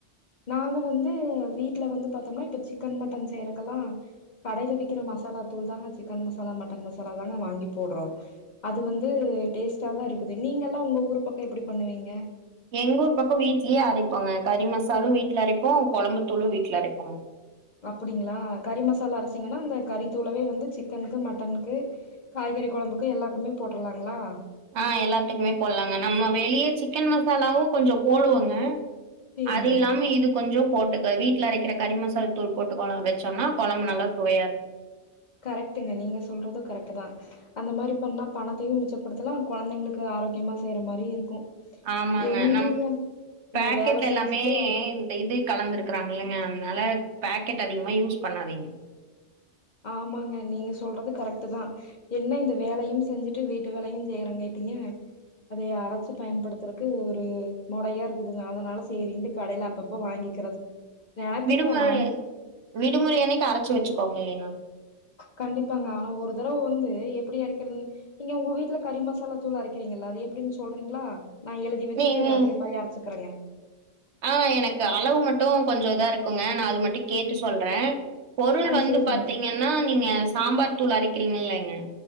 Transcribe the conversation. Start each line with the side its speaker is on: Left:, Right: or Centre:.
Left: நாங்க வந்து வீட்ல வந்து பாத்தோம்னா இப்ப சிக்கன் மட்டன் செய்யறக்கெல்லா கடைல விக்கிற மசாலா தூள் தாங்க சிக்கன் மசாலா மட்டன் மசாலா தாங்க வாங்கி போடுறோ அது வந்து டேஸ்டாதா இருக்குது நீங்க எல்லா உங்க ஊர் பக்கோ எப்படி பண்ணுவீங்க
Right: எங்க ஊர் பக்கோ வீட்லயே அரைப்போங்க கறி மசாலு வீட்ல அரைப்போ கொழம்புத்தூளு வீட்ல அரைப்போ
Left: அப்படிங்களா கறி மசாலா அரச்சிங்கன்னா அந்த கறித்தூளவே வந்து சிக்கனுக்கு மட்டனுக்கு காய்கறி கொழம்புக்கு எல்லாக்குமே போட்டுருலாங்களா
Right: ஆ எல்லாத்துக்குமே போலாங்க நம்ம வெளிய சிக்கன் மசாலாவு கொஞ்சோ போடுவங்க
Left: சேரிங்க
Right: அது இல்லாம இது கொஞ்சோ போட்டுக்க வீட் வீட்ல அரைக்கிற கரிமசாலா தூள் போட்டு கோழம்பு வெச்சோம்னா கொழம்பு நல்லா சுவையா இருக்கு
Left: கரெக்ட்டுங்க நீங்க சொல்றது கரெக்ட்தா அந்த மாரி பண்ணா பணத்தையு மிச்சப்படுத்தலா கொழந்தைங்களுக்கு ஆரோக்கியமா செய்யற மாரி இருக்கு
Right: ஆமாங்க
Left: எங்கங்க
Right: நம் பேக்கெட்ல
Left: இந்த வேல செஞ்சுட்டு
Right: எல்லாமே இந்த இது கலந்து இருக்கிறாங்கல்லங்க அதனால பே க்கெட் அதிகமா யூஸ் பண்ணாதீங்க
Left: ஆமாங்க நீங்க சொல்றது கரெக்ட்டுதா என்ன இந்த வேலையும் செஞ்சுட்டு வீட்டு வேலையும் செய்யறகாங்கிட்டீங்க அதைய அரச்சு பயன்படுத்துறக்கு ஒரு மொடயா இருக்குதுங்க அதனால சேரின்ட்டு கடையில அப்பப்போ வாங்கிக்கிறது நெனப்பங்க
Right: விடுமுறைய
Left: நாமளு
Right: விடுமுறை அன்னைக்கு அரச்சு வச்சுக்கோங்க இல்லைனா
Left: கண்டிப்பாங்க ஆனா ஒரு தரவ வந்து எப்டி அரைக்றதுன் நீங்க உங்க வீட்ல கறி மசாலா தூள் அரைக்கிறிங்கள அது எப்டின்னு சொல்றிங்களா நா எழுதி வச்சுட்டு
Right: நீங்க
Left: அதே மாரி அரச்சுக்குறனே
Right: ஆ எனக்கு அளவு மட்டு கொஞ்சொ இதா இருக்குங்க நா அது மட்டு கேட்டு சொல்றே பொருள்
Left: ஆ
Right: வந்து
Left: சேரிங்க
Right: பாத்திங்கன்னா நீங்க சாம்பார் தூள் அரைக்றிங்கல்லே ம்